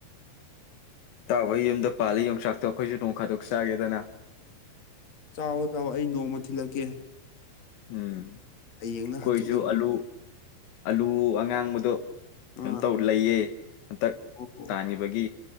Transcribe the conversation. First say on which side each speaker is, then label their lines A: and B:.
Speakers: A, on the left; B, on the left.
A: ꯏꯇꯥꯎꯒꯣꯏ ꯌꯨꯝꯗ ꯄꯥꯜꯂꯤ ꯌꯣꯡꯆꯥꯛꯇꯣ ꯑꯈꯣꯏꯁꯨ ꯅꯣꯡꯐꯥꯗꯣꯛ ꯆꯥꯒꯦꯗꯅ
B: ꯆꯥꯎꯑꯣ ꯆꯥꯎꯑꯣ ꯑꯩ ꯅꯣꯡꯃ ꯊꯤꯜꯂꯛꯀꯦ
A: ꯎꯝ
B: ꯍꯌꯦꯡꯂ
A: ꯑꯩꯈꯣꯏꯁꯨ
B: ꯍꯪꯆꯤꯠꯂ
A: ꯑꯂꯨ ꯑꯂꯨ ꯑꯉꯥꯡꯕꯗꯣ ꯀꯝꯇꯧ
B: ꯑꯥ
A: ꯂꯩꯌꯦ ꯍꯟꯇꯛ
B: ꯑꯣ ꯑꯣ
A: ꯇꯥꯒꯤꯕꯒꯤ